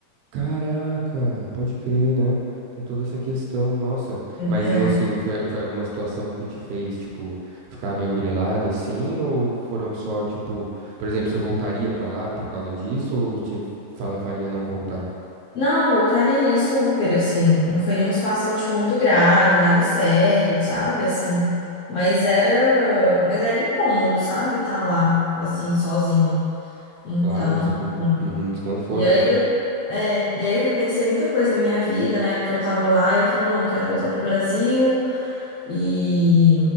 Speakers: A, on the right; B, on the left.
A: Caraca, pode crer, né? Tem toda essa questão, nossa. Mas
B: É.
A: no assim, foi, foi alguma situação que te fez, tipo, ficar meio grilada assim? Ou foram só, tipo, por exemplo, você voltaria pra lá por causa disso? Ou te fa- faria não voltar?
B: Não, eu voltaria super, assim. Não foi nenhuma situação, tipo, muito grave, nada sério, sabe? Assim. Mas era, mas era incômodo, sabe? Tá lá, assim, sozinha. Então,
A: Claro, um descon...
B: hum.
A: uhum, desconforto,
B: e aí
A: né?
B: eu, é, e aí eu repensei muita coisa da minha vida, né? Porque eu tava lá e eu falei, não, eu quero voltar pro Brasil e,